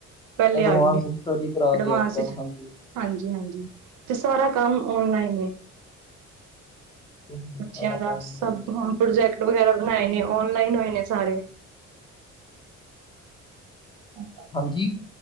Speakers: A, on the right; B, on the left.
A: ਪਹਿਲਾਂ ਹੀ
B: ਐਡਵਾਂਸ
A: ਆ ਗਿਆ ਹੈ,
B: ਸਟੱਡੀ ਕਰਾ
A: ਐਡਵਾਂਸ
B: ਰਹੇ ਅੱਜ ਕੱਲ
A: ਵਿੱਚ।
B: ਹਾਂਜੀ
A: ਹਾਂਜੀ ਹਾਂਜੀ, ਤੇ ਸਾਰਾ ਕੰਮ ਆਨਲਾਈਨ ਹੈ।
B: ਸਾਰਾ
A: ਬੱਚਿਆਂ ਦਾ
B: ਕੰਮ
A: ਸਭ ਹੁਣ ਪ੍ਰੋਜੈਕਟ ਵਗੈਰਾ ਬਣਾਏ ਨੇ, ਸਾਰੇ ਆਨਲਾਈਨ ਹੋ ਗਏ ਨੇ, ਅ ਕਰ,
B: ਹਾਂਜੀ